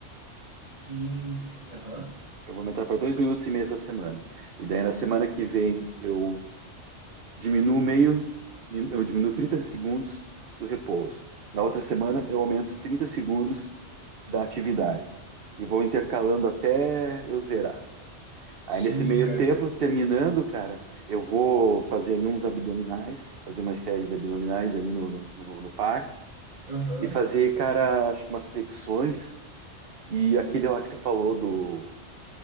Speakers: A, on the right; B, on the right.
A: Sim, sim, aham.
B: Eu vou aumentar para dois minutos e meio essa semana. E daí na semana que vem eu Diminuo meio, min- eu diminuo 30 segundos do repouso. Na outra semana, eu aumento 30 segundos da atividade. E vou intercalando até eu zerar. Aí,
A: Sim,
B: nesse meio
A: cara.
B: tempo, terminando, cara, eu vou fazer ali uns abdominais, fazer umas séries de abdominais ali no, no, no- no parque.
A: Aham.
B: E fazer, cara, acho que umas flexões. E aquele lá que você falou do,